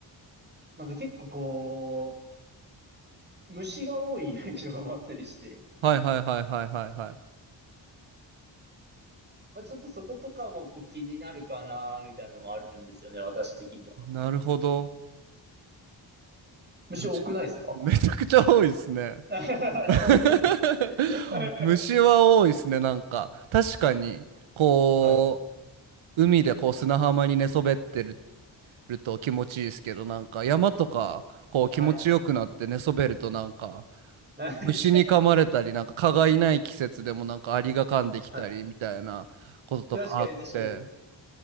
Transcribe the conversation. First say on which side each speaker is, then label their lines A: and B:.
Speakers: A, on the right; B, on the right.
A: なんか結構こう、虫が多い <laughs> イメージが回ったりして、
B: はいはいはいはいはいはい
A: まあ、ちょっとそことかもこう気になるかな、みたいなのもあるんですよね、私的には。
B: なるほど
A: 虫多くないですか
B: 確かめちゃくちゃ多いですね
A: <laughs>
B: <laughs>
A: 本当ですか <laughs> はい。
B: 虫は多いですねなんか確かにこ
A: はい。
B: う海でこう砂浜に寝そべってる、ると気持ちいいですけど、なんか山とかこう気持ちよくなって寝そべるとなんか
A: はい。<laughs>
B: 虫に噛まれたり、なんか蚊がいない季節でもなんかアリが噛んできたりみたいなこととかあって、
A: はい。確かに確かに。